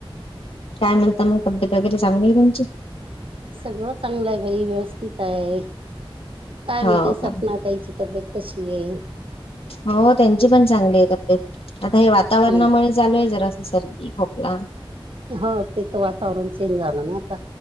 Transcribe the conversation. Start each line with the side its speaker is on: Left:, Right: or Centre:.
Left: काय म्हणता मग? तब्बेत वगैरे चांगली ए तुमची?
Right: सगळं चांगलं आहे बाई. व्यवस्थित आहे. काय
Left: हो
Right: म्हणते सपना?
Left: का?
Right: बाईची तब्येत कशी आहे?
Left: हो. त्यांची पण चांगली आहे तब्येत. आता हे वातावरणामुळे
Right: हम्म.
Left: चालू आहे जरा अस सर्दी खोकला.
Right: हो. ते तर वातावरण चेंज झालं ना आता.